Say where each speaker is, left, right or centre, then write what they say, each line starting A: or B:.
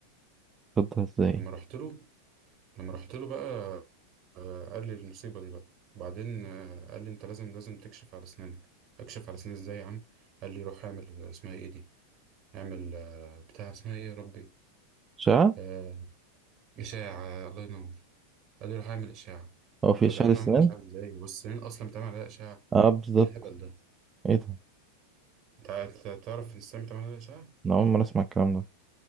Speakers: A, on the right (about 20°); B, on the right (about 50°).
A: تفضل ازاي
B: لما رحت له لما رحت له بقى آه، قال لي المصيبة دي بقى بعدين آه، قال لي أنت لازم لازم تكشف على أسنانك أكشف على أسناني إزاي يا عم قال لي روح اعمل اسمها إيه دي يعمل آه، بتاع اسمها ايه يا ربي
A: اشعه
B: آه، إشاعة الله ينور قال لي روح اعمل إشاعة
A: هو في
B: طب
A: اشعه
B: يا عم
A: اسنان
B: اعمل إشاعة ازاي والسنين أصلا بتعمل عليها إشاعة
A: اه بالظبط
B: ايه الهبل ده
A: ايه ده
B: انت عا- تعرف ان السنين بتعمل عليها إشاعة
A: انا اول مره اسمع الكلام